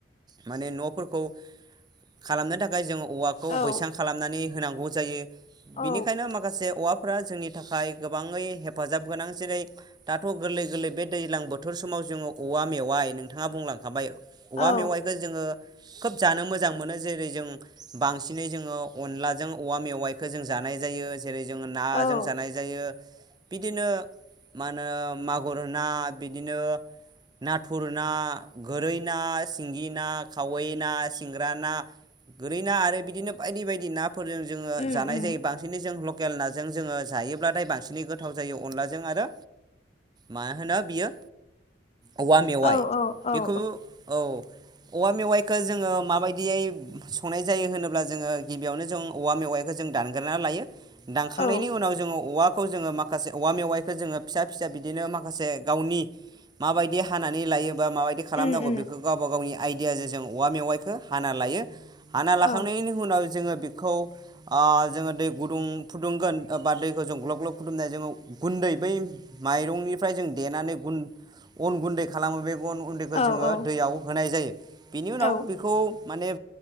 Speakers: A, on the right; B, on the left.
A: माने न'फोरखौ खालामनो थाखाय जों औवाखौ
B: औ
A: बैसां खालामनानै होनांगौ जायो।
B: औ
A: बिनिखायनो माखासे औवा फोरा जोंनि थाखाय गोबाङै हेफाजाब गोनां जेरै दाथ' गोरलै गोरलै बे दैज्लां बो थोर समाव जोङो औवा मेवाइ नोंथाङा बुंलांखाबाय औवा
B: औ
A: मेवाइखो जोङो खोब जानो मोजां मोनो जेरै जों बांसिनै जोङो अनलाजों औवा मेवाइखो जों जा नाय जायो। जेरै जोङो नाजों
B: औ
A: जानाय जायो बिदिनो मा होनो मागुर ना बिदिनो नाथुर ना, गोरै ना, सिंगि ना, खावै ना, सिंग्रा ना गोरै ना आरो बिदिनो बायदि बायदि नाफोरजों जोङो
B: उम
A: जानाय
B: उम
A: जायो बांसिनै जों ल केल नाजों जोङो जायोब्लाथाय बांसिनै गोथाव जायो अनलाजों आरो मा होनो बियो औवा मेवाइ
B: औ औ औ
A: बेखौ औ औवा मेवाइखो जोङो माबायदियै संनाय जायो होनोब्ला जोङो गिबियावनो जों औवा मेवाइखो जों दानग्रोना लायो। दानखांनायनि
B: औ
A: उनाव जोङो औवा खौ जोङो माखासे औवा मेवाइखौ जोङो फिसा फिसा बिदिनो माखासे गावनि माबायदि हानानै लायोबा माबायदि खालामनांगौ
B: उम उम
A: बेखौ गावबा गावनि आइदियाजों जों औवा मेवाइखौ हाना लायो। हाना लाखांनायनि
B: औ
A: उनाव जोङो बिखौ ओ जोङो दै गुदुं फुदुंगोन बा दैखौ जों ग्लब ग्लब फुदुंनाय जोङो गुन्दै बै माइरंनिफ्राय जों देनानै उन अन गुन्दै खालामो बे अन गुन्दैखौ
B: औ
A: जोङो
B: औ
A: दैयाव होनाय जायो। बिनि उनाव
B: औ
A: बेखौ माने